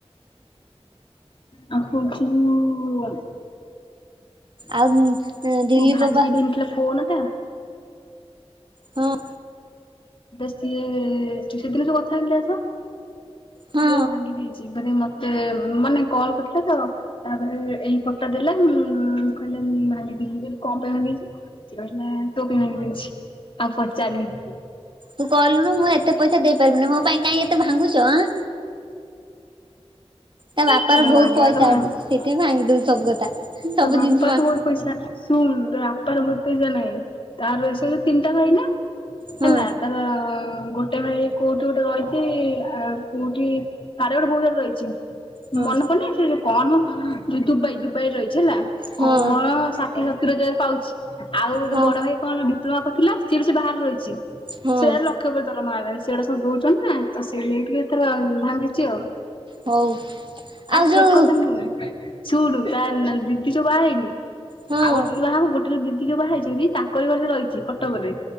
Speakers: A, on the left; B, on the right.
A: <unintelligible>
B: ଆଉ ଦିଲ୍ଲୀ
A: ଓ ଭାଙ୍ଗି
B: ପପା
A: ଦେଇନଥିଲା ଫୋନ୍ ଟା
B: ହଁ।
A: ଏବେ ସିଏ ସେଦିନ ଯୋଉ କଥା ହଉନଥିଲି ଯାହା ସହ
B: ହଁ
A: ସିଏ ଭାଙ୍ଗି ଦେଇଚି ମାନେ ମ ତେ ମାନେ କଲ୍ କରିଥିଲା ତ ତାପରେ ଏଇ ଫୋଟଟା ଦେଲା ଉଁ କହିଲେ ମୁ ଭାଙ୍ଗି ଦେଇଚି ମୁଁ କହିଲି କଣପାଇଁ ଭାଙ୍ଗିଦେଇଚ? ସେ କହିଲା ତୋ ପାଇଁ ଭାଙ୍ଗିଦେଇଚି ଆଉ ପଚାରିନି।
B: ତୁ କହିଲୁନୁ ମୁଁ ଏତେ ପଇସା ଦେଇପାରିବିନି ମୋ ପାଇଁ କାଇଁ ଏତେ ଭାଙ୍ଗୁଚ ଆଃ।
A: ସେ
B: ତା ବାପ ର ବହୁତ୍
A: ଭାଙ୍ଗିବା
B: ପଇସା
A: କଥା ଭାଙ୍ଗି
B: ଅଛି ସେଥିପାଇଁ ଭାଙ୍ଗିଦଉଚି ସବୁ କଥା ସବୁ
A: ତୋ ବାପାର
B: ଜିନିଷ ଭା
A: ମୋର ପଇସା ଶୁଣୁ ବାପାର ବହୁତ୍ ପଇସା ନାହିଁ ତାର ସେ ସବୁ ତିନିଟା ଭାଇ ନା
B: ହଁ
A: ହେଲା ତାର ଗୋଟେ ଭାଇ କୋଉଠି ଗୋଟେ ରହିଚି ଆ କୋଉଠି ତାର ଗୋଟେ ଭୋଉଣୀ ଘରେ ରହିଚୀ
B: ହଁ
A: ମନେ ପଡ଼ୁନି ସେ କଣମ ଯୋଉ ଦୁବାଇ ଦୁବାଇରେ ରହିଚି ହେଲା
B: ହଁ
A: କଣ ସା ଷାଠିଏ ସତୁରି ହଜାର ପାଉଚି ଆଉ ଗୋଟେ
B: ହଁ
A: ବଡ଼ ଭାଇ କଣ ଡିପ୍ଲୋମା କରିଥିଲା ସିଏବି ସେ ବାହାରେ ରହିଚି।
B: ହଁ
A: ସେଆରେ ଲକ୍ଷ ଉପରେ ଦରମା ହେଲାଣି ସେଉଡ଼ା ସବୁ ଦଉଚନ୍ତିନା ତ ସିଏ ଲେଇଠି ଏଥର ଭାଙ୍ଗିଚି ଆଉ।
B: ହଉ
A: ଆ
B: ଆଉ
A: ସେକଥା
B: ଯୋଉ
A: ନୁହେଁ ଶୁଣୁ ତା ନା ଦିଦି ଯୋଉ ବାହା ହେଇନି
B: ହଁ
A: ଆଉ ଗୋଟେ ଯିଏ ବାହାହବ ଗୋଟେ ଦିଦି ଯୋଉ ବାହା ହେଇଛନ୍ତି ତାଙ୍କର ଘରେ ରହିଚି କଟକ ରେ।